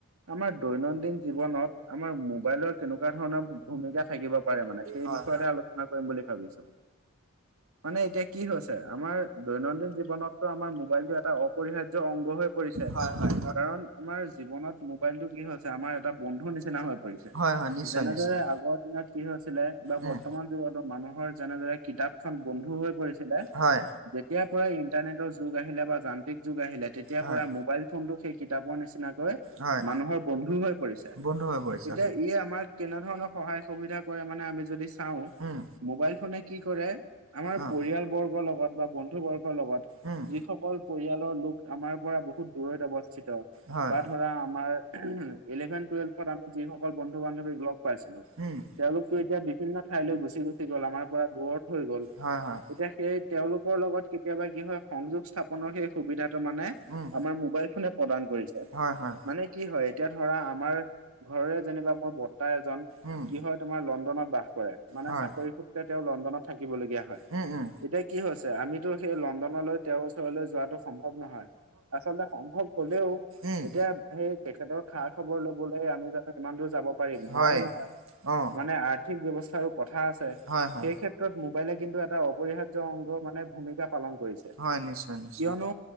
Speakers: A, on the right (about 80°); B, on the right (about 65°).
A: আমাৰ দৈনন্দিন জীৱনত আমাৰ মোবাইলৰ কেনেকুৱা ধৰণৰ ভূমিকা থাকিব পাৰে মানে। সেই
B: হয়
A: বিষয়তে আলোচনা কৰিম বুলি ভাবিছো। মানে এতিয়া কি হৈছে আমাৰ দৈনন্দিন জীৱনতটো আমাৰ মোবাইলটো এটা অপৰিহাৰ অংগ হৈ পৰিছে।
B: হয় হয়
A: কাৰণ আমাৰ জীৱনত মোবাইল টো কি হৈছে আমাৰ এটা বন্ধু নিচিনা হৈ পৰিছে।
B: হয় হয় নিশ্চয়
A: যেনেদৰে
B: নিশ্চয়
A: আগৰ দিনত কি হৈছিলে বা
B: উম
A: বৰ্তমান যুগতো মানুহৰ যেনেদৰে কিতাপ এখন বন্ধু হৈ পৰিছিলে
B: হয়
A: যেতিয়াৰ পৰা ইন্টাৰনেটৰ যুগ আহিলে বা যান্ত্ৰিক যুগ আহিলে। এতিয়াৰ
B: হয়
A: পৰা মোবাইল ফোনটো সেই কিতাপৰ নিচিনাকৈ
B: হয়
A: মানুহৰ বন্ধু হৈ পৰিছে।
B: বন্ধু হৈ পৰিছে
A: এতিয়া ই আমাক কেনে ধৰণৰ সহায় সুবিধা কৰে মানে আমি যদি চাও
B: উম
A: মোবাইল ফোনে কি কৰে আমাৰ
B: অ'
A: পৰিয়াল বৰ্গৰ লগত বা বন্ধু বৰ্গৰ লগত
B: উম
A: যিসকল পৰিয়ালৰ লোক আমাৰ পৰা বহুত দূৰত অৱস্থিত
B: হয়
A: বা ধৰা আমাৰ ইলেভেন টেলভ আমি যিসকল বন্ধু বান্ধৱীক লগ পাইছিলো
B: উম
A: তেওঁলোকো এতিয়া বিভিন্ন ঠাইলৈ গুচি গু গুচি গল আমাৰ পৰা দূৰত হৈ গ'ল।
B: হয় হয়
A: তেতিয়া সেই তেওঁলোকৰ লগত কেতিয়াবা কি হয় সংযোগ স্থাপনৰ সেই সুবিধা মানে
B: উম
A: আমাৰ মোবাইল ফোনে প্ৰদান কৰিছে
B: হয় হয়
A: মানে কি হয় এতিয়া ধৰা আমাৰ ঘৰৰে যেনিবা মোৰ বতা এজন
B: উম
A: কি হয় তোমাৰ লণ্ডনত বাস কৰে মানে
B: হয়
A: চাকৰি সূত্ৰে তেওঁ লণ্ডনত থাকিবলগীয়া হয়।
B: উম উম
A: এতিয়া কি হৈছে আমিতো সেই লণ্ডনলৈ তেওঁৰ ওচৰলৈ যোৱাটো সম্ভৱ সম্ভৱ নহয় আচলতে সম্ভৱ হলেও
B: উম
A: এতিয়া সেই তেখেতৰ খা খবৰ লবলৈ আমি ইমান দূৰ যাব পাৰিম নোৱাৰো
B: হয়
A: নহয়।
B: অ
A: মানে আৰ্থিক ব্যৱস্থাৰো কথা আছে
B: হয় হয়।
A: সেই ক্ষেত্ৰত মোবাইলে কিন্তু এটা অপৰিহাৰ্য অংগ মানে ভূমিকা পালন কৰিছে
B: হয় নিশ্চয় নিশ্চয়।
A: কিয়নো